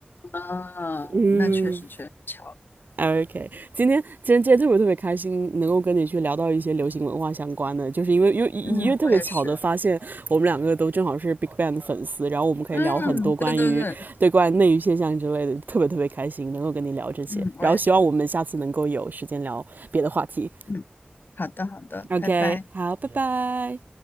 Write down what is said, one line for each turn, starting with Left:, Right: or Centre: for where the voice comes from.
Left: 啊，
Right: 嗯，
Left: 那确实确实巧了。
Right: OK，今天今天今天特别特别开心，能够跟你去聊到一些流行文化相关的，就是因为因为因为特别巧的发现，
Left: 嗯，我也是。
Right: 我们两个都正好是 BigBang 的粉丝，然后我们可以聊很多关于对关于内娱现象之类的，
Left: 嗯，对对对，
Right: 特别特别开心能够跟你聊这些，
Left: 嗯，我也是。
Right: 然后希望我们下次能够有时间聊别的话题。
Left: 嗯，好的好的，
Right: OK，
Left: 拜拜。
Right: 好，拜拜。